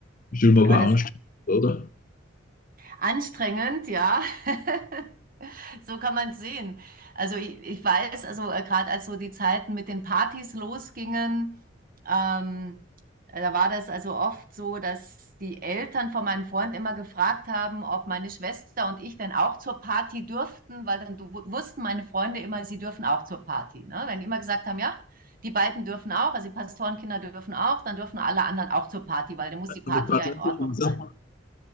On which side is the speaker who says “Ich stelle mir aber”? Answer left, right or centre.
Left